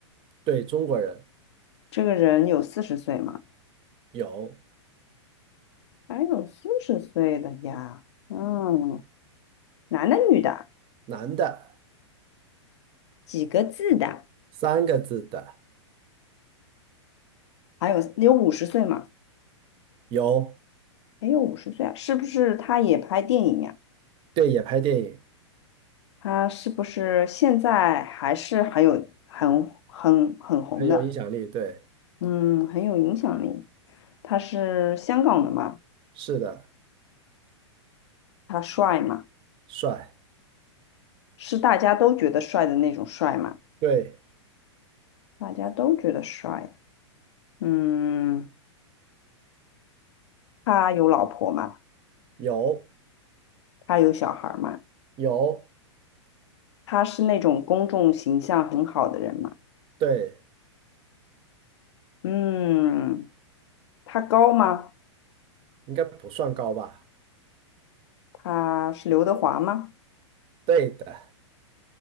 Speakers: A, on the right (about 35°); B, on the left (about 65°).
A: 对，中国人，
B: 这个人有四十岁吗？
A: 有
B: 还有四十岁的呀，嗯，男的女的，
A: 男的，
B: 几个字的？
A: 三个字的，
B: 还有有五十岁吗？
A: 有，
B: 没有五十岁啊，是不是他也拍电影呀？
A: 对，也拍电影，
B: 他是不是现在还是很有很很很红的？
A: 很有影响力。对，
B: 嗯，很有影响力。他是香港的嘛？
A: 是的，
B: 他帅嘛？
A: 帅，
B: 是大家都觉得帅的那种帅嘛？
A: 对，
B: 大家都觉得帅啊。嗯，他有老婆嘛？
A: 有
B: 他有小孩嘛？
A: 有。
B: 他是那种公众形象很好的人嘛？
A: 对，
B: 嗯，他高吗？
A: 应该不算高吧？
B: 他是刘德华吗？
A: 对的，